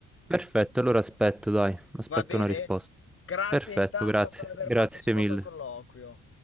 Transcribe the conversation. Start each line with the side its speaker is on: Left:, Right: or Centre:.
Centre: perfetto, allora aspetto, dai, aspetto
Left: Va bene?
Centre: una risposta.
Left: Grazie
Centre: Perfetto,
Left: intanto
Centre: grazie,
Left: per aver
Centre: grazie
Left: partecipato
Centre: mille.
Left: al colloquio.